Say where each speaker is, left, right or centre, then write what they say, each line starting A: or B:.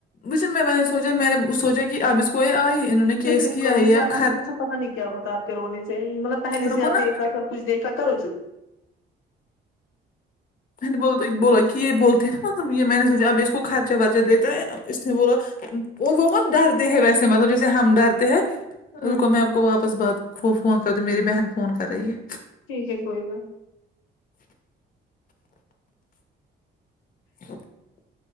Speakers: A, on the left (about 45°); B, on the left (about 80°).
A: مجھے میں سوچا میں نے سوچا کہ اب اس کو یہ آئی انہوں نے کیس
B: اے چپ
A: کیا
B: کرو
A: ہے یہ
B: مجھے
A: اب
B: اللہ
A: خر
B: کیسے پتا نہیں کیا ہوتا آپ کے رونے سے مطلب پہلے
A: رکو
B: سے آپ
A: نا
B: نے اتنا کا کچھ دیکھا کرو چپ
A: میں نے بولا بولا کہ یہ بولتے ہیں نا مطلب یہ میں نے سوچا اب اس کو خرچہ ورچہ دیتا ہے اس نے بولا اور وہ بہت ڈرتے ہیں ویسے مطلب جیسے ہم ڈرتے ہیں
B: ہوں
A: رکو میں آپ کو واپس بات فون کر دوں میری بہن فون کر رہی ہے
B: ٹھیک ہے کوئی بات
A: <inaudible>